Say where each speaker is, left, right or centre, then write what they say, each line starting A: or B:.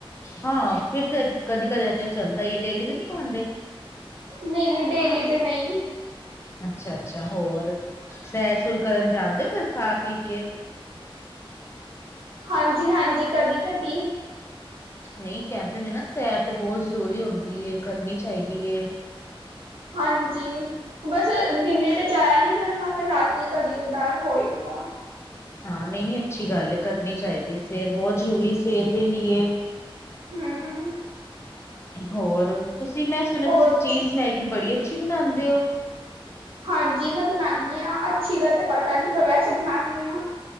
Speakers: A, on the left (about 25°); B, on the right (about 70°).
A: ਹਾਂ, ਫੇਰ ਤੇ ਕਦੀ- ਕਦੇ ਦਾ ਤੇ ਚੱਲਦਾ ਹੀ ਡੇਲੀ ਤੇ ਨਹੀਂ ਖਾਂਦੇ।
B: ਨਹੀਂ-ਨ ਹੀਂ ਡੇਲੀ ਤੇ ਨਹੀਂ।
A: ਅੱਛਾ-ਅੱਛਾ ਹੋਰ, ਸੈਰ-ਸੁਰ ਕਰਨ ਜਾਣਦੇ ਹੋ ਫੇਰ ਖਾ- ਪੀ ਕੇ?
B: ਹਾਂਜੀ-ਹਾਂਜੀ, ਕਦੀ -ਕਦੀ।
A: ਨਹੀਂ, ਕਹਿੰਦੇ ਨੇ ਨਾ ਸੈਰ ਤੇ ਬਹੁਤ ਜ਼ਰੂਰੀ ਹੁੰਦੀ ਹੈ, ਕਰਨੀ ਚਾਹੀਦੀ ਹੈ।
B: ਹਾਂਜੀ, ਬਸ ਦਿਨੇ ਤੇ ਜਾਇਆ ਨੀ ਜਾਂਦਾ, ਫੇਰ ਰਾਤੀ ਕਦੀ ਕਧਾਰ ਹੋਇਦਾ।
A: ਹਾਂ, ਨਹੀਂ-ਨਹੀਂ ਅੱਛੀ ਗੱਲ ਹੈ ਕਰਨੀ ਚਾਹੀਦੀ, ਸੈਰ ਬਹੁਤ ਜ਼ਰੂਰੀ, ਸਿਹਤ ਦੇ ਲਈਏ।
B: ਹਮ।
A: ਹੋਰ, ਤੁਸੀਂ ਮੈਂ ਸੁਣਿਆ
B: ਹੋਰ
A: ਤੁਸੀਂ
B: ਦੱਸੋ?
A: ਚੀਜ਼ ਮੈਗੀ, ਬੜੀ ਅੱਛੀ ਬਣਾਉਦੇ ਹੋ?
B: ਹਾਂਜੀ, ਮੈਂ ਬਣਾਉਂਦੀ ਹਾਂ ਅੱਛੀ ਦਾ ਤੇ ਪਤਾ ਨੀ, ਪਰ ਵੈਸੇ ਬਣਾਉਂਦੀ ਹਾਂ।